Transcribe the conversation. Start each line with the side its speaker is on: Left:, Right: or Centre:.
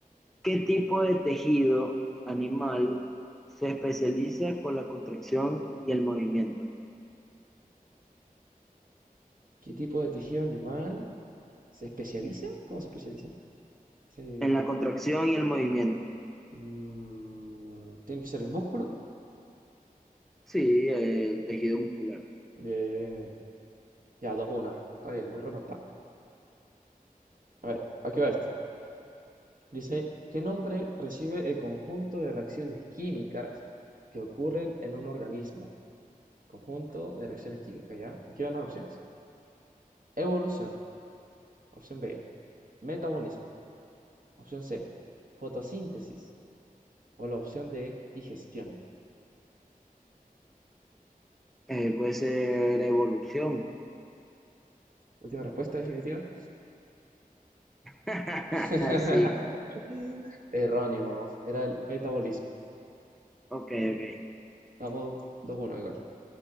Centre: ¿qué tipo de tejido animal se especializa con la contracción y el movimiento?
Right: ¿Qué tipo de tejido animal se especializa? ¿Cómo se especializa? Se...
Centre: En la contracción y el movimiento.
Right: mm, ¿tiene que ser el músculo?
Centre: Sí, eh, el tejido muscular.
Right: Bien. Ya, dos 1 Está bien, voy remontando. A ver, aquí va esto. Dice, ¿qué nombre recibe el conjunto de reacciones químicas que ocurren en un organismo? Conjunto de reacciones químicas, ¿ya? Aquí van las opciones. Evolución, opción B. Metabolismo, opción C. Fotosíntesis o la opción de digestión.
Centre: Eh, puede ser evolución.
Right: Última respuesta definitiva.
Centre: <laughs>
Right: <laughs>
Centre: Sí,
Right: Erróneo, era el metabolismo.
Centre: ok, ok.
Right: Vamos dos uno igual.